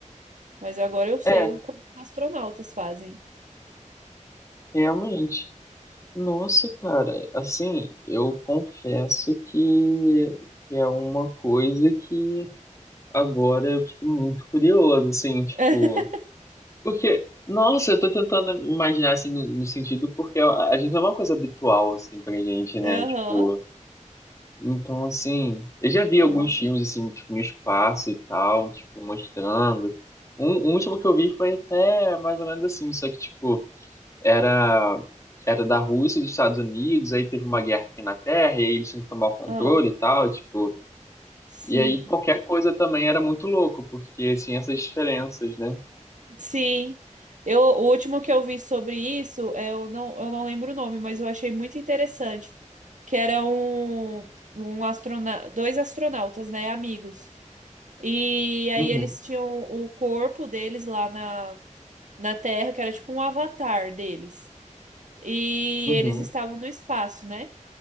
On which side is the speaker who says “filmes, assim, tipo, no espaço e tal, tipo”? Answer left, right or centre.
Left